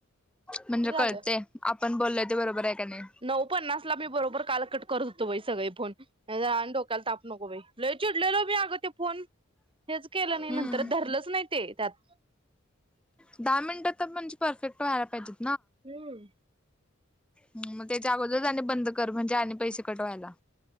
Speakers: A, in the centre; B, on the right (about 25°).
A: म्हणजे
B: किती झालं?
A: कळते आपण बोललोय ते बरोबर आहे का नाही
B: <inaudible> नऊ पन्नास ला मी बरोबर काल कट करत होतो बाई सगळे फोन. हेजा आणि डोक्याला ताप नको बाई लय चिडलेलो मी अगं ते फोन हेच केलं नाही
A: हम्म
B: नंतर धरलंच नाही ते त्यात
A: दहा मिनटात म्हणजे परफेक्ट व्हायला पाहिजेत.
B: हम्म.
A: ह मग त्याच्या अगोदरच आणि बंद कर म्हणजे आणि पैसे कट व्हायला.